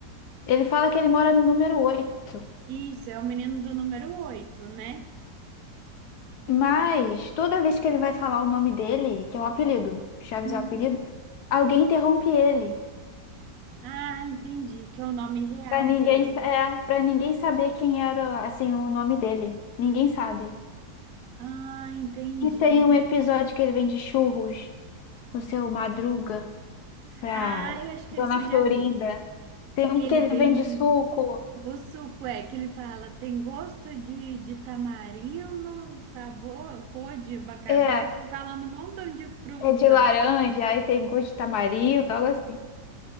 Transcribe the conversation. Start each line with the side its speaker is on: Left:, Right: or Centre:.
Left: Ele fala que ele mora no número oito.
Right: Isso, é o menino do número oito, né?
Left: Mas toda vez que ele vai falar o nome dele, que é um apelido, Chaves
Right: Uhum.
Left: é um apelido, alguém interrompe ele.
Right: Ah, entendi, que é o nome real
Left: Pra ninguém,
Right: dele, né?
Left: é, para ninguém saber quem era, assim, o nome dele. Ninguém sabe.
Right: Ah, entendi.
Left: E tem um episódio que ele vende churros com seu Madruga pra
Right: Ah, eu acho que
Left: Dona
Right: esse eu
Left: Florinda.
Right: já vi.
Left: Tem um
Right: Que ele
Left: que ele
Right: vende.
Left: vende suco.
Right: O suco é que ele fala, tem gosto de, de tamarindo, sabor, cor de abacaxi.
Left: É,
Right: Vai falando um montão de fruta.
Left: É de laranja, aí tem gosto de tamarindo, algo assim.